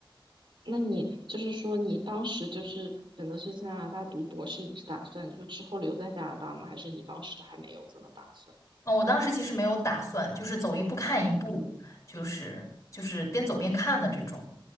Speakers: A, on the right (about 65°); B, on the left (about 35°).
A: 那你就是说，你当时就是选择去加拿大读博士，你是打算就是之后留在加拿大吗？还是你当时还没有这么打算？
B: 嗯，我当时其实没有打算，就是走一步看一步，就是就是边走边看的这种。